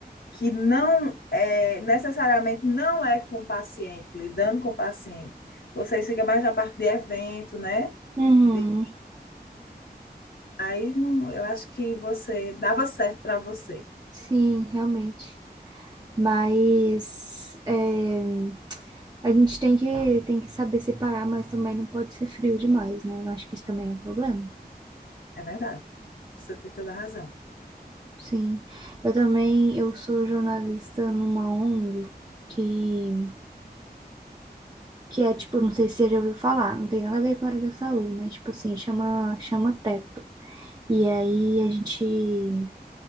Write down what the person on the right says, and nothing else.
Uhum,
sim, realmente. Mas. é, a gente tem que, tem que saber separar, mas também não pode ser frio demais, né? Eu acho que isso também é um problema.
Sim, eu também, eu sou jornalista numa ONG que que é tipo, não sei se você já ouviu falar, não tem nada a ver com a área da saúde, mas tipo assim, chama, chama teto. E aí a gente